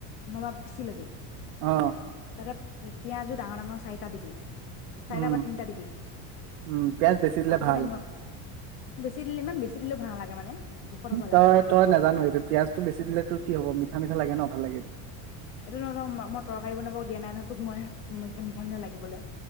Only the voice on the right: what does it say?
অ
উম
উম পিয়াজ বেচি দিলে
ভাল
তই
তই নাজান এইটো পিয়ঁয়াজটো বেছি দিলে তোৰ কি হব মিঠা মিঠা লাগে ন ভাল লাগে